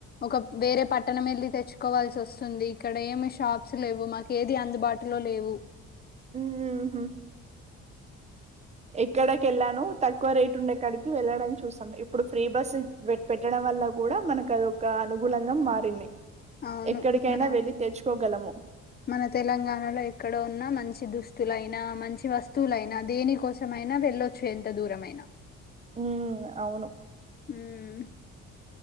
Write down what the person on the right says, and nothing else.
ఊహూ ఎక్కడకి వెళ్ళాను తక్కువ రేటు ఉండేకాడికి వెళ్ళడం చూసాం ఇప్పుడు ఫ్రీ బస్ పెట్టడం వల్ల కూడా మనకు అది ఒక అనుకూలంగా మారింది
ఎక్కడికైనా
వెళ్ళి తెచ్చుకోగలము
మ్మ్ అవును